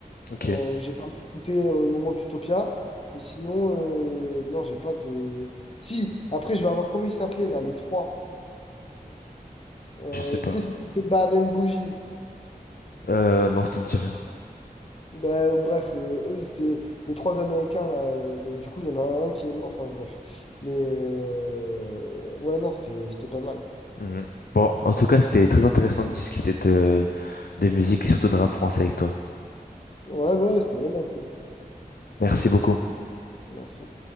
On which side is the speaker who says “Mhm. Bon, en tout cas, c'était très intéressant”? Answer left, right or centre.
Left